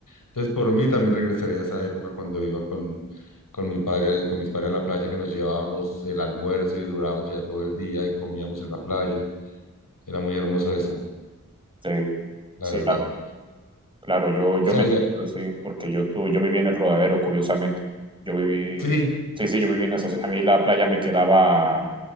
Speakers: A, on the left; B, on the right.
A: Entonces, por mí también regresaría a esa época cuando iba con... Con mi padre, con mis padres a la playa, que nos llevábamos el almuerzo y durábamos ya todo el día y comíamos en la playa. Era muy hermoso eso.
B: sí,
A: la
B: sí,
A: verdad.
B: la- claro, yo, yo
A: O sea,
B: me
A: ya-
B: siento así, porque yo, tu- yo viví en el Rodadero, curiosamente. Yo viví,
A: Sí.
B: sí, sí, yo viví en esa, a mí la playa me quedaba a,